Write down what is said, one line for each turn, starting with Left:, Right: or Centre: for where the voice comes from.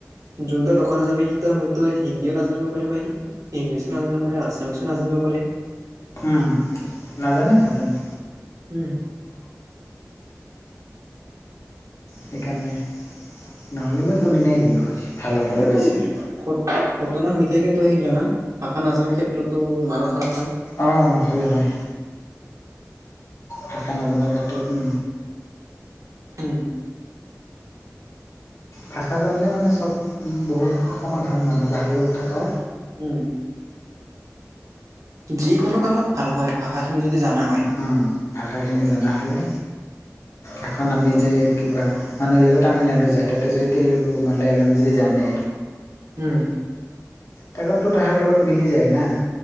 Right: যোনটা দোকানত যাবি সি হয়তো হিন্দীও নাজানিব পাৰে বা সি ইংলিছো নাজানিব পাৰে, আছামিছো নাজানিব পাৰে।
Left: উম, নাজানে নাজানে।
Right: উম।
Left: সেইকাৰণে, নহ'লে মই কোনদিনাই গ'লোঁ হয়। ভাল অফাৰে
Right: মানেতো
Left: পাইছিলোঁ
Right: খুত ঘটনা হৈ থাকেতো সেইগিলা না, ভাষা নাজানাৰ ক্ষেত্ৰতো মাৰা ধৰা হয়?
Left: অ' হয় হয়। ভাষা নাজানাৰ ক্ষেত্ৰত
Right: উম।
Left: ভাষা জানিলে মানে চব বহুত সমাধান মানে বাহিৰত থাকা
Right: উম, যিকোনো কামত ভাল হয়, ভাষাখিনি যদি জানা হয়।
Left: উম, ভাষাখিনি জানা হ'লে, এখন আমি যে কিবা মানুহ গিলা যে তামিলনাডু যায় তাতে যদি তেলেুগু মালায়ালম যদি জানে
Right: উম।
Left: তকণতো তাহাৰ লগত মিলি যায় না,